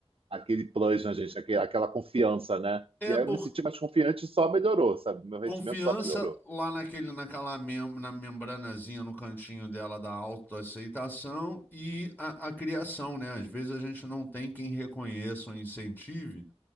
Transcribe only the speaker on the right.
aquele plus na gente, aquele- aquela confiança, né?
E aí eu
me senti mais confiante e só melhorou, sabe? Meu rendimento
só melhorou.